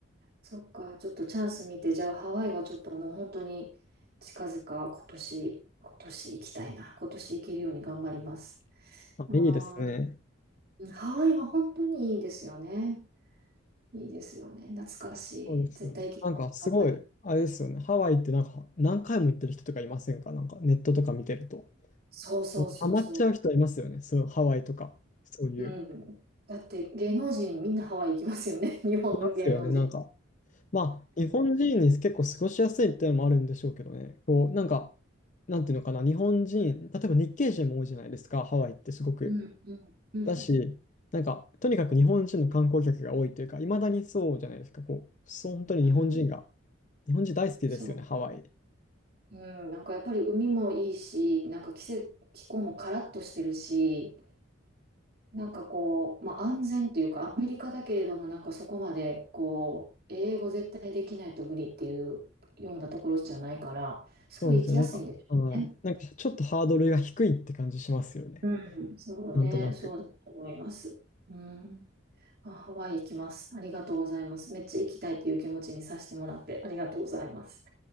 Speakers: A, on the right; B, on the left.
A: そっか、ちょっとチャンス見て、じゃあハワイはちょっともう本当に近々今年、今年行きたいな。今年行けるように頑張ります。
B: あ、
A: ああ。
B: いいですね。
A: うんハワイは本当にいいですよね。いいですよね。懐かしい。
B: そうですよね。
A: 絶対行けるように頑張り。
B: なんかすごい、あれですよね。ハワイってなんか何回も行ってる人とかいませんかなんかネットとか見てると。
A: そうそうそうそ
B: もうハマっちゃう人いますよね。そう、ハワイとか。そういう。
A: う。うん。だって芸能人みんなハワイ行きますよね。<laughs> 日本の芸能人。
B: いますよね。なんかまあ、日本人に結構過ごしやすいっていうのもあるんでしょうけどね。こう、なんか、なんていうのかな、日本人、例えば日系人も多いじゃないですか、ハワイってすごく。
A: うん、うん、うん、
B: だし、なんか、とにかく日本人の観光客が多いというか、いまだにそうじゃないですか、こう、そう、本当に日本人が、
A: うん。
B: 日本人大好きですよね、
A: そう。
B: ハワイ。
A: うん。なんかやっぱり海もいいし、なんか季節、気候もカラッとしてるし、なんかこう、まあ、安全というか、アメリカだけれども、なんかそこまで、こう、英語絶対できないと無理っていうようなところじゃないから、すごい行きやすいんでしょうね。
B: そうですよね、なんか、はい。なんか、ちょっとハードルが低いって感じしますよね。
A: うん。そうね、
B: なんとなく。
A: そうだと思います。うん。あ、ハワイ行きます。ありがとうございます。めっちゃ行きたいっていう気持ちにさせてもらって、ありがとうございます。